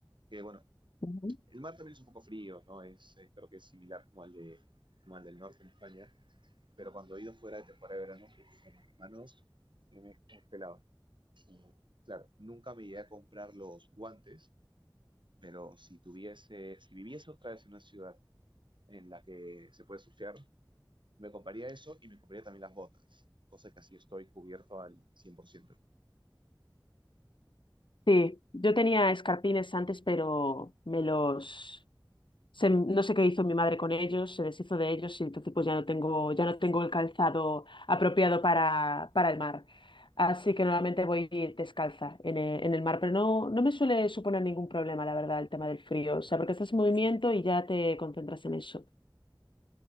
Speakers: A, on the right (about 75°); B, on the left (about 80°).
A: que bueno,
B: Ujú.
A: el mar también es un poco frío, ¿no? Es, eh, creo que es similar como al de, como al del norte en España, pero cuando he ido fuera de temporada de verano, uf, en las manos se me congelaban. Mm, Claro, nunca me llegué a comprar los guantes, pero si tuviese, si viviese otra vez en una ciudad en la que se puede surfear, me compraría eso y me compraría también las botas, cosa que así estoy cubierto al cien por ciento.
B: Sí, yo tenía escarpines antes, pero me los... se- no sé qué hizo mi madre con ellos, se deshizo de ellos y entonces pues ya no tengo, ya no tengo el calzado apropiado para, para el mar. Así que normalmente voy descalza en el, en el mar, pero no, no me suele suponer ningún problema, la verdad, el tema del frío. O sea, porque estás en movimiento y ya te concentras en eso.